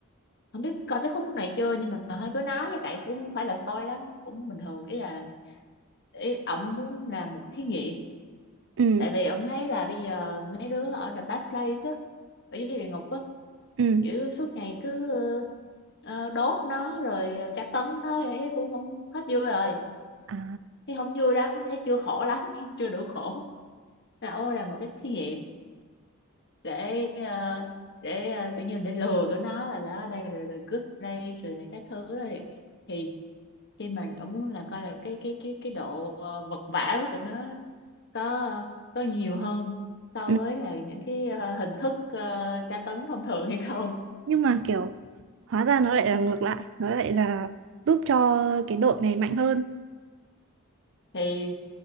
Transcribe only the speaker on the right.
ừ
ừ
à
ừ.
nhưng mà kiểu hóa ra nó lại là ngược lại nó lại là giúp cho cái đội này mạnh hơn